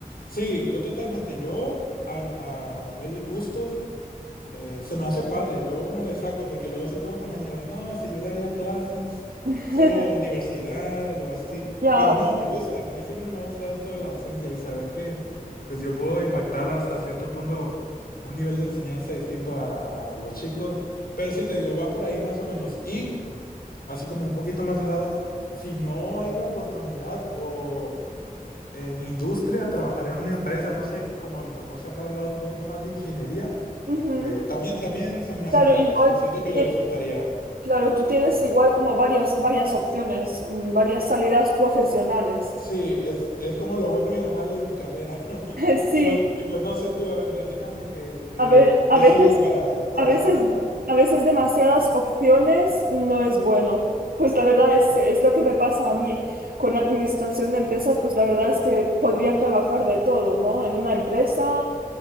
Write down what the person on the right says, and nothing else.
<laughs>
Ya,
ujú.
Claro,
igual,
que-
claro, tú tienes igual como varios, varias opciones, mm, varias salidas profesionales.
<laughs> Sí,
a ver, a
veces,
a veces,
a veces demasiadas opciones no es bueno. Pues la verdad es, es lo que me pasa a mí con administración de empresas, pues la verdad es que podría trabajar de todo, ¿no? En una empresa,